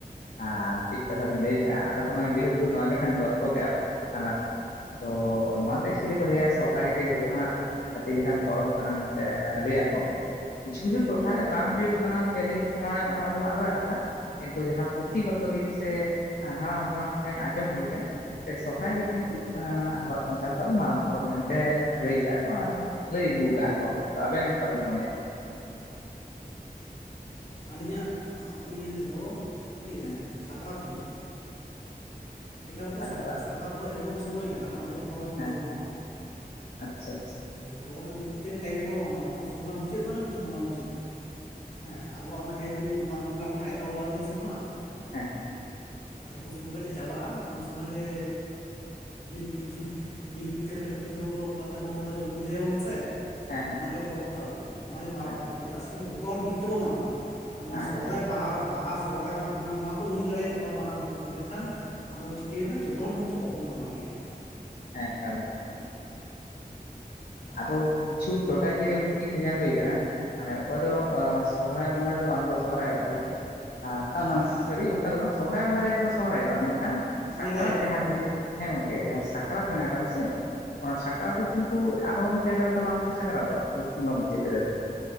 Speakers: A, on the left; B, on the left.
A: ᱟᱨ ᱴᱷᱤᱠ ᱠᱟᱛᱷᱟ ᱵᱮᱱ ᱞᱟᱹᱭ ᱠᱟᱜᱼᱟ ᱟᱫᱚ ᱦᱚᱸᱜᱼᱚᱭ ᱡᱮᱦᱮᱛᱩ ᱱᱚᱣᱟ ᱜᱮᱞᱟᱝ ᱜᱚᱞᱯᱷᱚ ᱠᱮᱜᱼᱟ ᱟᱞᱟᱝ ᱛᱚ ᱱᱚᱣᱟ ᱫᱚ ᱮᱠᱪᱩᱭᱮᱞᱤ ᱠᱚ ᱞᱟᱸᱭᱟ ᱥᱚᱦᱨᱟᱭ ᱜᱮ ᱡᱚᱛᱚ ᱠᱷᱚᱱᱟᱜ ᱦᱟᱛᱤ ᱞᱮᱠᱟᱱ ᱯᱚᱨᱚᱵᱽ ᱠᱟᱱᱟ ᱢᱮᱱᱛᱮ ᱞᱟᱹᱭᱟᱠᱚ ᱫᱚ ᱠᱤᱪᱷᱩ ᱠᱤᱪᱷᱩ ᱴᱚᱴᱷᱟ ᱨᱮ ᱵᱟᱝ ᱦᱩᱭᱩᱜ ᱠᱟᱱᱟ ᱯᱮ ᱫᱤᱱ ᱠᱚ ᱢᱟᱱᱟᱣᱮᱫ ᱚᱱᱟ ᱫᱚ ᱟᱞᱟᱫᱟ ᱠᱟᱛᱷᱟ ᱠᱤᱱᱛᱩ ᱡᱟᱦᱟᱸ ᱯᱩᱛᱷᱤ ᱫᱤᱠ ᱥᱮ ᱦᱟᱲᱟᱢ ᱦᱟᱯᱲᱟᱢ ᱠᱚᱴᱷᱮᱱ ᱟᱸᱡᱚᱢ ᱦᱩᱭ ᱠᱟᱱᱟ ᱥᱚᱨᱦᱟᱭ ᱜᱮ ᱠᱤᱱᱛᱩ ᱮ ᱟᱵᱚᱣᱟᱜ ᱥᱟᱱᱛᱟᱲ ᱠᱚᱣᱟᱜ ᱫᱚ ᱢᱟᱨᱟᱝ ᱯᱚᱨᱚᱵᱽ ᱢᱮᱱᱛᱮ ᱞᱟᱹᱭ ᱠᱟᱜᱼᱟ ᱠᱚ, ᱟᱨ ᱞᱟᱹᱭ ᱟᱹᱜᱩ ᱠᱟᱜᱼᱟ᱾ ᱠᱚ ᱟᱫᱚ ᱟᱵᱮᱱ ᱚᱠᱟ ᱵᱮᱱ ᱢᱚᱱᱮᱭᱟ?
B: ᱟᱹᱞᱤᱧᱟᱜ ᱟᱯᱤᱱᱤᱭᱚᱱ ᱛᱮᱫᱚ ᱴᱷᱤᱠ
A: ᱦᱮᱸ
B: ᱟᱪᱷᱮ ᱥᱟᱠᱨᱟᱛ ᱦᱩᱭᱩᱜᱼᱟ, ᱮᱠᱟᱨᱚᱱ
A: ᱰᱟᱠᱛᱟᱨᱟᱜ
B: ᱫᱚ ᱥᱟᱠᱨᱟᱛ ᱥᱟᱠᱨᱟᱛ ᱛᱚ ᱮᱢᱚᱱ ᱥᱚᱢᱚᱭ ᱠᱟᱱᱟ ᱚᱱᱟ ᱫᱚ ᱡᱷᱚᱛᱚ ᱦᱚᱲ ᱢᱤᱫ
A: ᱦᱮᱸ
B: ᱛᱮᱵᱚᱱ ᱢᱟᱱᱟᱣᱟ,
A: ᱟᱪᱪᱷᱟ ᱟᱪᱪᱷᱟ
B: ᱡᱚᱛᱚ ᱦᱚᱲ ᱢᱤᱫ ᱛᱤᱱ ᱴᱟᱭᱤᱢ ᱨᱮᱚ ᱢᱟᱱᱟᱣᱟ ᱯᱩᱥ ᱵᱚᱸᱜᱟ ᱢᱩᱪᱟᱹᱫ ᱢᱟᱱᱮ ᱯᱩᱥ ᱵᱚᱸᱜᱟ ᱢᱩᱪᱟᱹᱫ᱾ ᱦᱮᱸ ᱟᱵᱚᱣᱟᱜ ᱢᱟ ᱡᱮᱦᱮᱛᱩ ᱢᱟᱜᱽ ᱵᱚᱸᱜᱟ ᱠᱷᱚᱱᱟᱜ ᱮᱛᱚᱦᱚᱵ ᱛᱚ ᱦᱤᱥᱟᱹᱵᱽ ᱢᱟ,
A: ᱦᱮᱸ ᱦᱮᱸ
B: ᱟᱫᱚ ᱯᱩᱥ ᱵᱚᱸᱜᱟ ᱡᱮ ᱪᱟᱵᱟᱜᱼᱟ ᱩᱱ ᱥᱚᱢᱚᱭ ᱜᱮ ᱡᱤᱞ ᱯᱤᱴᱤ ᱡᱤᱞ ᱯᱤᱴᱷᱟᱹ ᱞᱮᱴᱚ ᱯᱤᱴᱷᱟᱹ ᱠᱚ ᱠᱟᱛᱮ ᱵᱚᱱ ᱡᱚᱢ ᱵᱤᱫᱟᱹᱭᱟᱵᱚᱱ ᱥᱮ,
A: ᱦᱮᱸ
B: ᱚᱱᱟᱜᱮ ᱯᱚᱨᱚᱵᱽ ᱛᱟᱵᱚᱱ ᱚᱱᱟᱜᱮ
A: ᱦᱮᱸ
B: ᱢᱟᱨᱟᱝ ᱯᱚᱨᱚᱵᱽ ᱪᱮᱫᱟᱜ ᱥᱮ ᱡᱷᱚᱛᱚ ᱦᱚᱲ ᱢᱤᱫ ᱛᱮᱵᱚ ᱢᱟᱱᱟᱣᱟ᱾ ᱟᱨ ᱱᱚᱣᱟ
A: ᱦᱮᱸ
B: ᱥᱚᱦᱨᱟᱭ
A: ᱦᱮᱸ ᱦᱮᱸ
B: ᱵᱟᱦᱟ ᱵᱟᱦᱟ ᱥᱚᱦᱨᱟᱭ ᱢᱟᱜ ᱢᱚᱬᱮ ᱱᱚᱣᱟ ᱠᱚ ᱦᱩᱭ ᱫᱟᱲᱮᱭᱟᱜ ᱢᱟᱨᱟᱝ ᱯᱚᱨᱚᱵᱽ ᱢᱮᱱᱠᱷᱟᱱ ᱟᱫᱚ ᱪᱤᱠᱟᱹᱭᱮᱱᱟ ᱡᱚᱛᱚ ᱦᱚᱲ ᱢᱤᱫ ᱛᱮ ᱵᱟᱵᱚᱱ ᱢᱟᱱᱟᱣ ᱜᱮᱭᱟ᱾
A: ᱦᱮᱸ ᱮᱠᱟᱞ ᱮᱠᱟᱞ,
B: ᱦᱳᱭ
A: ᱟᱫᱚ ᱠᱤᱪᱷᱩ ᱴᱚᱴᱷᱟ ᱠᱤᱭᱟᱹ ᱵᱷᱤᱛᱤᱨ ᱨᱮ ᱧᱮᱞ ᱦᱩᱭ ᱠᱟᱱᱟ ᱢᱟᱱᱮ ᱚᱠᱚᱭ ᱫᱚ ᱥᱚᱦᱨᱟᱭ ᱵᱚᱸᱜᱟ ᱨᱮᱫᱚ ᱵᱟᱝᱠᱚ ᱥᱚᱦᱨᱟᱭᱚᱜ ᱜᱮᱭᱟ᱾ ᱮ
B: ᱦᱳᱭ
A: ᱵᱟᱝ ᱥᱟᱹᱨᱤ ᱚᱱᱠᱟ ᱫᱚ ᱵᱟᱝ ᱥᱚᱦᱟᱭ ᱵᱚᱸᱟᱦᱜᱟ ᱨᱮᱜᱮ ᱥᱚᱦᱨᱟᱭᱚᱜᱼᱟ, ᱢᱮᱱᱠᱷᱟᱱ ᱥᱟᱠᱨᱟᱛ
B: ᱱᱮᱰᱟᱭᱟᱠᱚ
A: ᱡᱟᱦᱟᱸ ᱡᱤᱱᱤᱥ ᱦᱮᱸ ᱜᱚᱝᱠᱮ ᱡᱟᱦᱟᱸ ᱥᱟᱠᱨᱟᱛ ᱢᱮᱱᱟᱜ ᱠᱟᱫᱟ ᱥᱮ ᱚᱱᱟ
B: ᱦᱮᱸ
A: ᱥᱟᱠᱨᱟᱛ ᱠᱤᱱᱛᱩ ᱟᱫᱚᱢ ᱟᱫᱚᱢ ᱡᱟᱭᱜᱟ ᱨᱮᱫᱚ ᱵᱟᱝᱠᱚ ᱥᱟᱠᱨᱟᱛᱚᱜᱼᱟ ᱯᱩᱥ ᱵᱚᱸᱜᱟ ᱢᱩᱪᱟᱹᱫ ᱨᱮᱫᱚ,